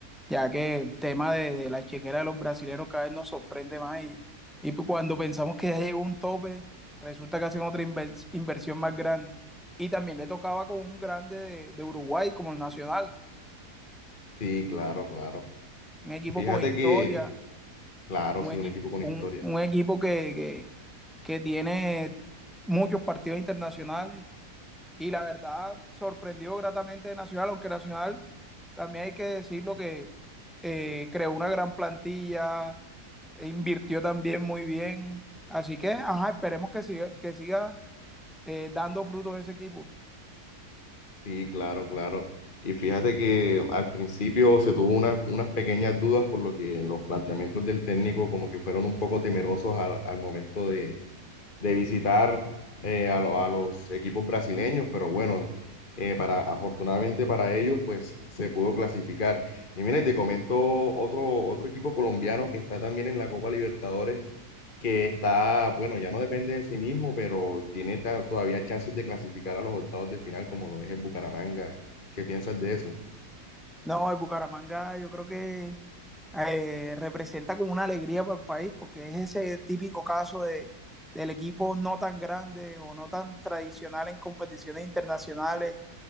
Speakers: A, in the centre; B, on the left.
A: ya que el tema de, de la chequera de los brasileros cada vez nos sorprende más y, y pues cuando pensamos que ya llegó un tope, resulta que hacen otra invers inversión más grande. Y también le tocaba con un grande de, de Uruguay como el Nacional,
B: Sí, claro, claro.
A: un equipo
B: Fíjate
A: con historia,
B: que, claro,
A: un,
B: sí,
A: equi
B: un equipo con
A: un,
B: historia.
A: un equipo que, que, que tiene muchos partidos internacionales y la verdad sorprendió gratamente de Nacional, aunque Nacional también hay que decirlo que eh, creó una gran plantilla, e invirtió también muy bien. Así que, ajá, esperemos que siga, que siga eh, dando frutos ese equipo.
B: Sí, claro, claro. Y fíjate que al principio se tuvo unas, unas pequeñas dudas por lo que los planteamientos del técnico como que fueron un poco temerosos al, al momento de, de visitar eh, a, lo- a los equipos brasileños, pero bueno, eh, para, afortunadamente para ellos pues se pudo clasificar. Y mira, y te comento otro, otro equipo colombiano que está también en la Copa Libertadores que está, bueno, ya no depende de sí mismo, pero tiene ta- todavía chances de clasificar a los octavos de final, como lo es el Bucaramanga. ¿Qué piensas de eso?
A: No, el Bucaramanga yo creo que eh, representa como una alegría para el país, porque es ese típico caso de, del equipo no tan grande o no tan tradicional en competiciones internacionales